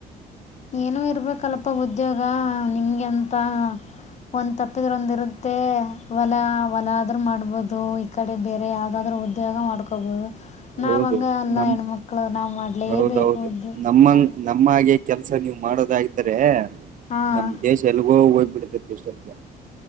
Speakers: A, on the left; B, on the right.
A: ಏನು ಇರ್ಬೇಕಲ್ಪ್ಪ ಉದ್ಯೋಗ ನಿಮ್ಗೆಂತ ಒಂದ್ ತಪ್ಪಿದ್ರೊಂದ ಇರುತ್ತೆ ಹೊಲ ಹೊಲ ಆದ್ರೂ ಮಾಡ್ಬಹದು ಈ ಕಡೆ ಬೇರೆ ಯಾವ್ದಾದ್ೂ ಉದ್ಯೋಗ ಮಾಡ್ಕೊಬಹುದು ನಾವ
B: ಹೌದು
A: ಹಂಗ ಅಲ್ಲ
B: ನಮ್
A: ಹೆಣ್ಮಕ್ಳು ನಾವ್ ಮಾಡ್ಲೇ
B: ಹೌದೌದು
A: ಬೇಕು ಉದ್ದ್
B: ನಮ್ಮಂಗ್
A: ಹ
B: ನಮ್ಮ ಹಾಗೆ ಕೆಲ್ಸ ನೀವ ಮಾಡಿದಾಗಿದ್ರೆ
A: ಹಾಂ
B: ನಮ್ಮ ದೇಶ ಎಲ್ಲಿಗೋ ಒ <unintelligible>